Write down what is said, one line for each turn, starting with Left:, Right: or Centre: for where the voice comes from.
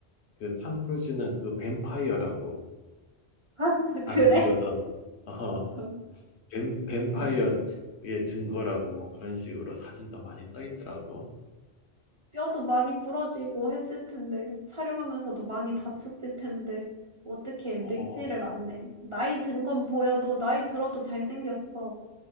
Left: 그 탐 크루즈는 그 뱀파이어라고
Right: <laughs> 아,
Left: 안
Right: 그래?
Left: 늙어서 <laughs>
Right: <laughs>
Left: 뱀, 뱀파이어의
Right: 어,
Left: 증거라고 뭐 그런 식으로 사진도 많이 떠 있더라고.
Right: 뼈도 많이 부러지고 했을 텐데, 촬영하면서도 많이 다쳤을 텐데, 어떻게 늙지를
Left: 어,
Right: 않네. 나이 든 건 보여도, 나이 들어도 잘생겼어.